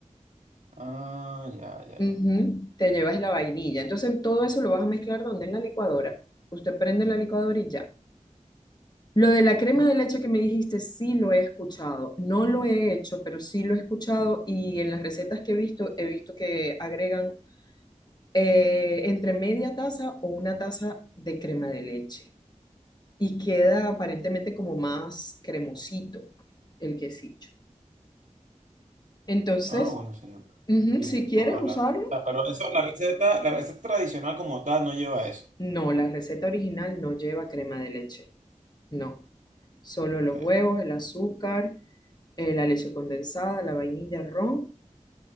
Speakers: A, on the right (about 75°); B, on the left (about 35°).
A: Ah, ya, ya,
B: Ujú,
A: ya. Li-
B: Te llevas la vainilla. Entonces todo eso lo vas a mezclar donde en la licuadora. Usted prende la licuadora y ya. Lo de la crema
A: mm,
B: de leche que me dijiste, sí lo he escuchado. No lo he hecho, pero sí lo he escuchado y en las recetas que he visto, he visto que agregan eh, entre media taza o una taza de crema de leche y queda aparentemente como más cremosito el quesillo. Entonces,
A: Ah, bueno, sería bueno,
B: ujú,
A: eh,
B: si
A: de probarla.
B: quieres usarlo,
A: Ah, Pero eso, la receta, la receta tradicional como tal no lleva eso.
B: No, la receta original no lleva crema de leche. No. Solo los
A: Ok.
B: huevos, el azúcar, eh, la leche condensada, la vainilla, ron